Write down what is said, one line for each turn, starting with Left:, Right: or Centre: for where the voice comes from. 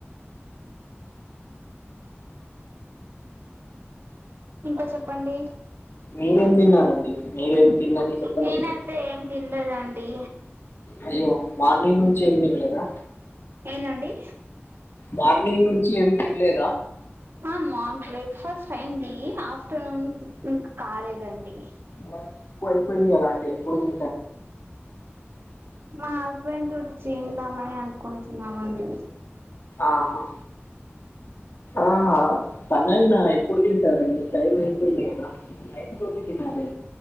Right: ఇంకా చెప్పండి
Left: మీరేం తిన్నారండి మీరేం తిన్నది చెప్పలేదు
Right: నేనైతే ఏం తిన్లేదండి
Left: అయ్యో మార్నింగ్ నుంచి ఏమి తిన్లేదా
Right: ఏందండి
Left: మార్నింగ్ నుంచి ఏం తిన్లేదా
Right: ఆ మామ్ బ్రేక్ఫాస్ట్ అయింది ఆఫ్టర్నూన్ ఇంకా కాలేదండి
Left: మరి అపుడు అయిపోయింది కదా అండి ఇప్పుడు తి
Right: మా హస్బెండ్ తోటి తిందామని అంన్ అనుకుంటున్న అండి
Left: ఆహా ఆహా పనయినా ఎప్పుడు తింటారండి టైం అయిపోయింది కదా టైం కి తినాలే